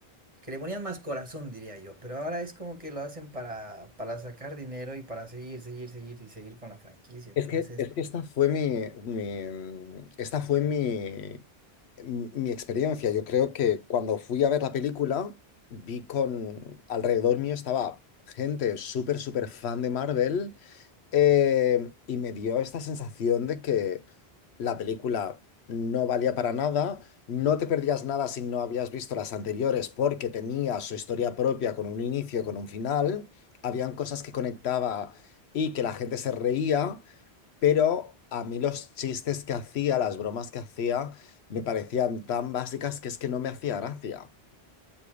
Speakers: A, on the right; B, on the left.
A: que le ponían más corazón, diría yo, pero ahora es como que lo hacen para, para sacar dinero y para seguir, seguir, seguir y seguir con la franquicia.
B: Es
A: Entonces,
B: que, es que esta fue mi, mi- esta fue mi, mi experiencia. Yo creo que cuando fui a ver la película, vi con alrededor mío estaba gente súper, súper fan de Marvel Eh, y me dio esta sensación de que la película no valía para nada, no te perdías nada si no habías visto las anteriores porque tenía su historia propia con un inicio, con un final, habían cosas que conectaba y que la gente se reía, pero a mí los chistes que hacía, las bromas que hacía, me parecían tan básicas que es que no me hacía gracia.